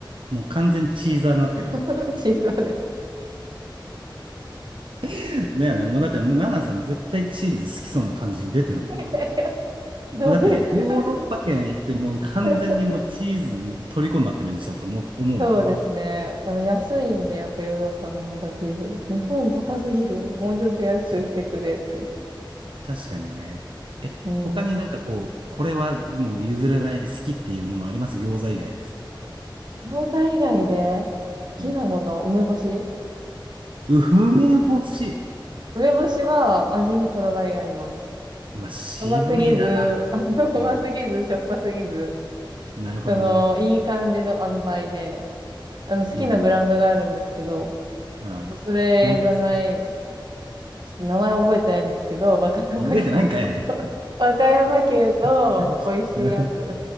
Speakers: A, on the right; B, on the right.
A: もう完全チーザーになってる。
B: <laughs> チーズ派です。
A: <laughs> だよね。もうだって、もうナナさん絶対チーズ好きそうな感じ出てるもんな。
B: <laughs> どういう感じ
A: もうだって、ヨーロッパ圏行ってもう完全にもうチーズに虜になってるでしょって思う、
B: <laughs>
A: 思うもんな。
B: そうですね。でも安いんで、やっぱヨーロッパの方がチーズ。日本高すぎる。
A: あ、
B: もうちょっと安くしてくれっていう。
A: 確かに。確かにね。え、
B: うん。
A: 他になんかこう、これはもう譲れない好きっていうものあります餃子以外でさ。
B: 餃子以外で好きなもの、
A: うん。
B: 梅干し。
A: うふめぼし。
B: 梅干しは味にこだわりがあります。
A: うわ、渋いな。
B: 甘すぎず、<laughs> 甘すぎず、
A: うん。
B: しょっぱすぎず、
A: なるほどね。
B: その、いい感じの塩梅で、あの、好きなブランドがあるんですけど、
A: いやもう、うん。
B: それじゃない、
A: なんてやつ
B: ちょっと名前覚えてないんですけど、和歌山県。
A: あ覚えてないんかい。
B: 和歌山県の美味しいやつ。
A: <laughs> うんうん